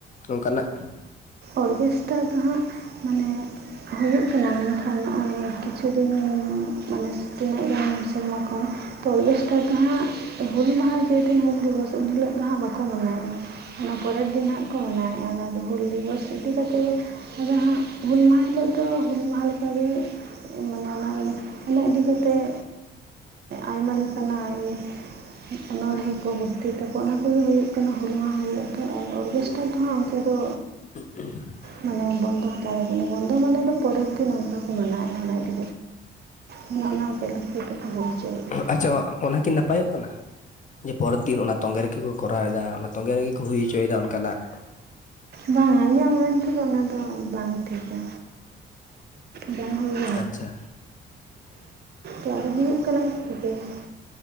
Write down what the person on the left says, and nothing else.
ᱱᱚᱝᱠᱟᱱᱟᱜ
<inaudible>
ᱟᱪᱪᱷᱟ ᱚᱱᱟ ᱠᱤ ᱱᱟᱯᱟᱭᱚᱜ ᱠᱟᱱᱟ? ᱯᱚᱨᱮᱨ ᱫᱤᱱ ᱚᱱᱟ ᱛᱚᱸᱜᱮ ᱨᱮᱜᱮ ᱠᱚ ᱠᱚᱨᱟᱣᱮᱫᱟ ᱚᱱᱟ ᱛᱚᱸᱜᱮ ᱨᱮᱜᱮ ᱠᱚ ᱦᱩᱭ ᱦᱚᱪᱚᱭ ᱫᱟ ᱚᱱᱠᱟᱱᱟᱜ
ᱟᱪᱪᱷᱟ